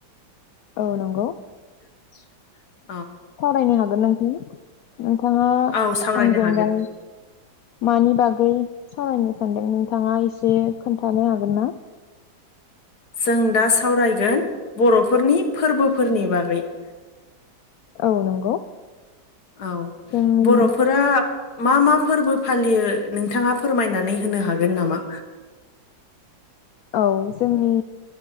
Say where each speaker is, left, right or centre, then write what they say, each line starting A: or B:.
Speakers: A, on the left; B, on the left.
A: औ नंगौ।
B: <inaudible>
A: सावरायनो हागोन नोंथां नोंथाङा
B: औ सावरायनो
A: आंजों
B: हागोन
A: दा। मानि बागै सावरायनो सानदों नोंथाङा एसे खोन्थानो हागोन ना।
B: जों दा सावरायगोन बर'फोरनि फोरबोफोरनि बागै। औ।
A: औ नंगौ।
B: औ
A: जोंनि
B: बर'फोरा। मा मा फोरबो फालियो नोंथाङा फोरमायनानै होनो हागोन नामा।
A: औ जोंनि